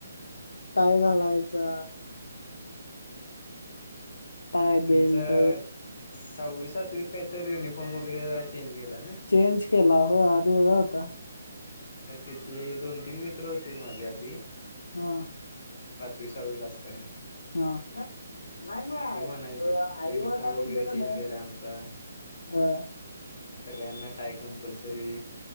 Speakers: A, on the left; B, on the left.
A: पाय घालायचा. टाय
B: तुमचा
A: बेल्ट.
B: सहावी सातवीत काय तर युनिफॉर्म वगैरे जरा चेंज केला ना
A: चेंज केला हो आदोदर का.
B: तिथले दोन तीन मित्र होतील माझे आधी
A: हा.
B: पाचवी सहावीला असताना.
A: ह म नाही नाही
B: म्हणायचे
A: <unintelligible> अईळत
B: युनिफॉर्म वगैरे चेंज
A: नाही
B: केलाय आमचा
A: अ
B: सगळ्यांना टाय कंपल्सरी.